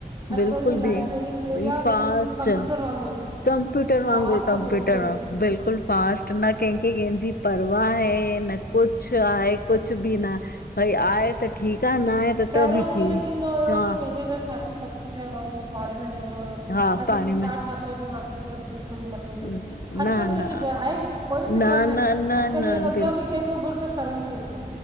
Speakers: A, on the right; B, on the left.
A: अॼुकल्ह
B: बिल्कुल
A: जी लाइफ
B: बि
A: अहिड़ी थी वई
B: भई फासस्ट
A: आहे हिकिड़ी कंप्यूटर वांगुरु
B: कंप्यूटर वांगुरु,
A: फास्ट
B: कंप्यूटर
A: बिल्कुलु
B: वा बिल्कुल फास्ट न कंहिंखे कंहिंजी परवा है, न कुछ आहे कुछ बि ना भई आये त ठीक आ, न आये त
A: पहिरियों
B: त बि
A: कीअं
B: ठीकु
A: थींदो हुयो
B: हा
A: की कंहिंजे घर छा ती सब्जी ठये माण्हू पाड़े में वेंदो हुयो
B: हा
A: अॼ
B: पाणे
A: तूं छा
B: में
A: ठातो ती मांखे ॿि सब्जी थोंणी म टे ॾे
B: न
A: अॼकल्ह
B: न
A: कंहिंखे जा ए कोई फिक्र
B: न
A: ना
B: न
A: ए
B: न
A: अॼुकल
B: न
A: ईअं लॻदो आ की कंहिंखो घुर त शर्म थी अचे।